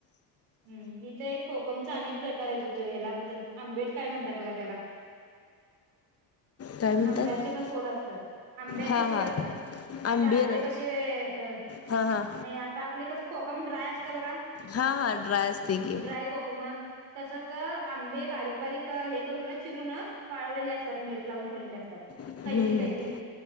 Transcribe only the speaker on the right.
हम्म इथं एक कोकमचा अनेक प्रकार येत होतो ह्याला म्हणतात आंबेड काय म्हणतात बघा त्याला.
आंब्याचे पण सोल असतात. आंब्याचे
सोल
असतात आता
आपले कशे अ
नाही आता आपले कस कोकम ड्राय असतं बघा
ड्राय कोकमं तसच आंबे बारीक बारीक हे करूनं चिरूनं वाळवलेले असतात मीठ लावून ठेवलेले असतात.
कैरी कैरी